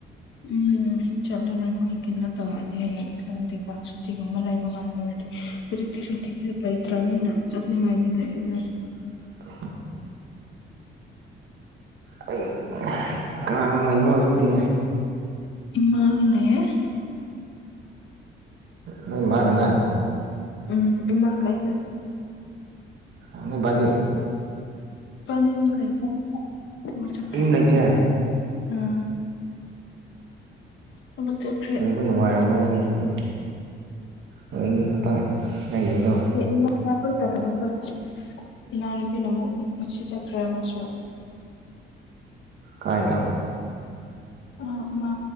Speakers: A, on the left; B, on the right.
A: ꯎꯝ ꯑꯩ ꯆꯠꯂꯨꯔꯣꯏ ꯃꯣꯏ ꯀꯩꯅꯣ ꯇꯧꯔꯗꯤ ꯑꯩ ꯈꯪꯗꯦꯀꯣ ꯁꯨꯇꯤꯒꯨꯝꯕ ꯂꯩꯕ ꯀꯥꯟꯗ ꯑꯣꯏꯔꯗꯤ ꯍꯧꯖꯤꯛꯇꯤ ꯁꯨꯇꯤꯒꯤꯦ ꯐ ꯂꯩꯇ꯭ꯔꯥꯅꯤꯅ ꯆꯠꯅꯤꯡꯉꯥꯏꯗꯤ ꯂꯩꯔꯦ
B: <unintelligible> ꯑꯩ ꯀꯅꯥꯒ ꯂꯩꯕ ꯍꯧꯔꯗꯤ
A: ꯏꯃꯥꯡ ꯉꯅꯦ
B: ꯅ ꯃꯥꯒꯅꯦ
A: ꯎꯝ ꯏꯃꯒ ꯑꯩꯒ
B: ꯑꯅꯤꯕꯗꯤ
A: ꯄꯅꯤꯝꯕꯔꯥꯏꯇ ꯃꯔ ꯆꯀ꯭ꯔꯦ
B: ꯌꯨꯝ ꯂꯩꯇꯦ
A: ꯑꯥ ꯇꯃ ꯆꯈ꯭ꯔꯦ
B: ꯑꯩꯕꯨ ꯅꯨꯡꯉꯥꯏꯔꯝꯃꯔꯣꯏꯅꯤ ꯍꯥꯏꯗꯤ ꯅꯣꯏ ꯑꯅꯤ ꯈꯛꯇꯪ ꯂꯩꯕꯗꯣ
A: ꯏꯃꯆꯥꯄ ꯇꯔꯗ ꯏꯅꯥꯎꯅꯨꯄꯤꯅ ꯑꯃꯨꯛ ꯅꯨꯡꯁꯤ ꯆꯠꯈ꯭ꯔꯦ ꯑꯃꯁꯨ
B: ꯀꯥꯏꯗ
A: ꯑ ꯃꯥ